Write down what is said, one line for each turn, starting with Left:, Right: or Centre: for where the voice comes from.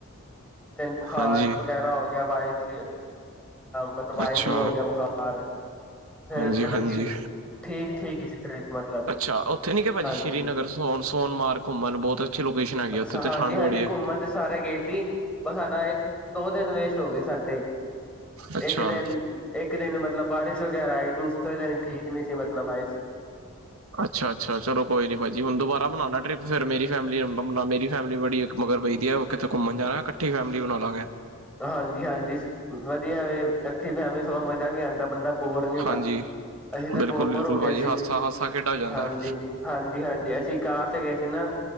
Centre: ਦੈਨ ਬੁਖਾਰ
Right: ਹਾਂਜੀ
Centre: ਵਗੈਰਾ ਹੋ ਗਿਆ ਵਾਈਫ ਮਤਲਬ ਵਾਈਫ
Right: ਅੱਛਾ
Centre: ਨੂੰ ਹੋ ਗਿਆ ਬੁਖਾਰ, ਫਿਰ
Right: ਹਾਂਜੀ
Centre: ਮਤਲਬ,
Right: ਹਾਂਜੀ
Centre: ਕਿ ਠੀਕ-ਠੀਕ ਜੀ ਟ੍ਰਿਪ ਮਤਲਬ,
Right: ਅੱਛਾ ਉੱਥੇ ਨੀ ਭਾਜੀ
Centre: ਹਾਂਜੀ
Right: ਸ਼੍ਰੀਗਰੋ ਸੋਨਾਰ ਘੁੰਮਣ ਬਹੁਤ, ਅੱਛੀ ਲੋਕੇਸ਼ਨ ਹੈਗੀ
Centre: ਅੱਛਾ
Right: ਆ, ਉੱਥੇ ਤੇ
Centre: ਹਾਂਜੀ-ਹਾਂਜੀ,
Right: ਠੰਡ ਬੜੀ ਹੈ
Centre: ਘੁੰਮਣ ਤੇ ਸਾਰੇ ਗਏ ਸੀ, ਬਸ ਸਾਡਾ ਐ ਦੋ ਦਿਨ ਵੇਸਟ ਹੋ ਗਏ ਸਾਡੇ
Right: ਅੱਛਾ
Centre: ਇੱਕ ਦਿਨ ਇੱਕ, ਦਿਨ ਮਤਲਬ ਬਾਰਿਸ਼ ਵਗੈਰਾ ਆਈ ਦੂਸਰੇ ਦਿਨ ਠੀਕ ਨਹੀਂ ਸੀ ਮਤਲਬ ਵਾਈਫ।
Right: ਅੱਛਾ-ਅੱਛਾ, ਚਲੋ ਕੋਈ ਨੀ ਭਾਜੀ ਹੁਣ ਦੁਬਾਰਾ ਬਉਣਾ ਟਿਪ ਫਿਰ ਮੇਰੀ ਫੈ ਮੇਰੀ ਫੈਮਿਲੀ ਬੜ ਮਗਰ ਪਈਦੀ ਹੈ ਉਹ ਕਿਤੇ ਘੁੰਮਣ ਜਾਣਾ ਇਕੱਠੀ ਫੈਮਿਲੀ ਬਣਾ ਲਾਂਗੇ।
Centre: ਹਾਂਜੀ-ਹਾਂਜੀ, ਵਧੀਆ ਵੇ ਇਕੱਠੀ ਫੈਮਲੀ ਸਗੋਂ ਮਜ਼ਾ ਵੀ ਆਉਂਦਾ ਬੰਦਾ ਬੋਰ ਨਹੀਂ ਹੁੰਦਾ,
Right: ਹਾਂਜੀ
Centre: ਅਸੀਂ ਤਾਂ
Right: ਬਿਲਕੁਲ
Centre: ਬੋਰ
Right: ਬਿਲਕੁਲ
Centre: ਹੋ ਗਏ
Right: ਭਾਜੀ
Centre: ਸੀ।
Right: ਹਾਸਾ ਹਾਸਾ ਖੇਡਾ ਹੋ ਜਾਂਦਾ
Centre: ਹਾਂਜੀ-ਹਾਂਜੀ-ਹਾਂਜੀ, ਅਸੀਂ ਕਾਰ ਤੇ ਗਏ ਸੀ ਨਾ।